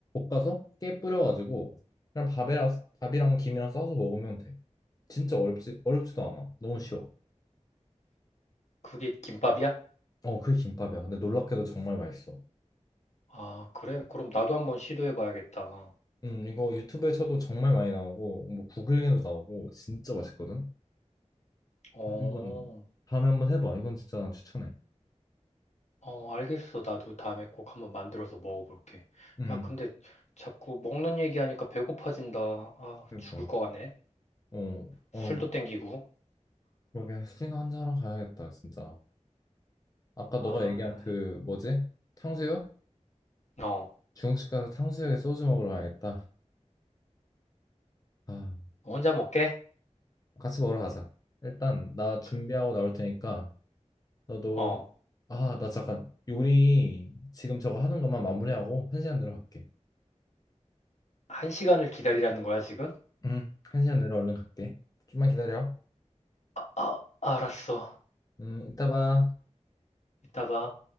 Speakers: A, on the left; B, on the left.
A: 볶아서 깨 뿌려가지고 그냥 밥이랑 밥이랑 김이랑 싸서 먹으면 돼. 진짜 어렵지 어렵지도 않아. 너무 쉬워.
B: 그게 김밥이야?
A: 어, 그게 김밥이야. 근데 놀랍게도 정말 맛있어.
B: 아, 그래. 그럼 나도 한번 시도해 봐야겠다.
A: 음, 이거 유튜브에 쳐도 정말 많이 나오고 뭐 구글링에도 나오고 진짜 맛있거든.
B: 어,
A: 한번 다음에 한번 해봐. 이건 진짜 추천해.
B: 어, 알겠어. 나도 다음에 꼭 한번 만들어서 먹어볼게.
A: 음,
B: 야, 근데 자꾸 먹는 얘기하니까 배고파진다. 아,
A: 그러니까.
B: 죽을 것 같네.
A: 어, 어,
B: 술도 땡기고.
A: 그러게 술이나 한잔하러 가야겠다, 진짜. 아까 너가
B: 아,
A: 얘기한 그 뭐지? 탕수육?
B: 어,
A: 중국집 가서 탕수육에 소주 먹으러 가야겠다. 아,
B: 혼자 먹게?
A: 같이 먹으러 가자. 일단 나 준비하고
B: 그-
A: 나올 테니까 너도
B: 어,
A: 아, 나 잠깐 요리 지금 저거 하는 것만 마무리하고 한 시간 내로 갈게.
B: 한 시간을 기다리라는 거야, 지금?
A: 응, 한 시간 내로 얼른 갈게. 좀만 기다려.
B: 아, 알았어.
A: 음, 이따 봐.
B: 이따 봐.